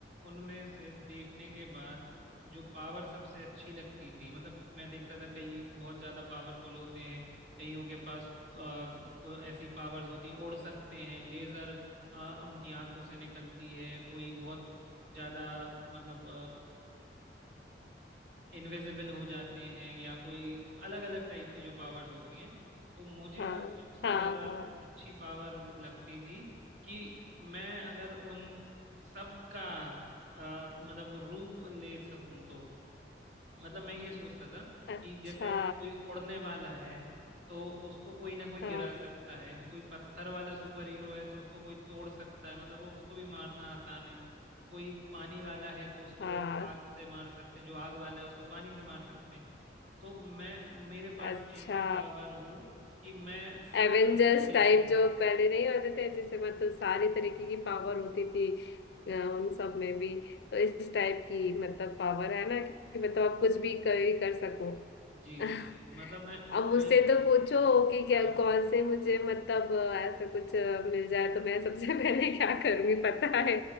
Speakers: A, on the right; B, on the left.
A: उनमें से देखने के बाद जो पावर सबसे अच्छी लगती थी मतलब मैं देखता था कई बहुत ज्यादा पावरफुल होते हैं कईयों के पास अ, को ऐसी पावर्स होती हैं उड़ सकते हैं लेजर उनकी आंखों से निकलती है कोई बहुत ज्यादा मतलब इनविजिबल हो जाते हैं या कोई अलग अलग टाइप की जो पावर्स होती हैं तो मुझे
B: हाँ
A: ना सबसे
B: हाँ
A: ज्यादा
B: हाँ
A: अच्छी पावर लगती थी कि मैं अगर उन सब का अ, मतलब वो रूप ले सकूं तो मतलब मैं ये सोचता था
B: अच्छा
A: कि जैसे कोई उड़ने वाला है तो उसको कोई ना कोई गिरा
B: हाँ
A: सकता है कोई पत्थर वाला सुपर हीरो है तो उसको कोई तोड़ सकता है मतलब वो उसको भी मारना आसान है कोई पानी वाला है तो उसको
B: हाँ
A: आग से मार सकते हैं जो आग वाला है उसको पानी से मार सकते हैं तो मैं मेरे
B: अच्छा
A: पास ऐसी पावर हो कि मैं सबकी
B: एवेंजर्स
A: ले
B: टाइप
A: सकूं
B: जो पहले नहीं होते थे जैसे मतलब सारी तरीके की पावर होती थी अ, उन सब में भी तो इस टाइप की मतलब पावर है ना कि मतलब आप कुछ भी कर भी कर सको
A: जी
B: <laughs>
A: जी जी मतलब मैं
B: अब मुझसे
A: मैं
B: तो पूछो कि क्या
A: हाँ
B: कौन से मुझे मतलब अ, ऐसा कुछ अ, मिल जाए तो मैं सबसे <laughs> पहले क्या करूंगी पता है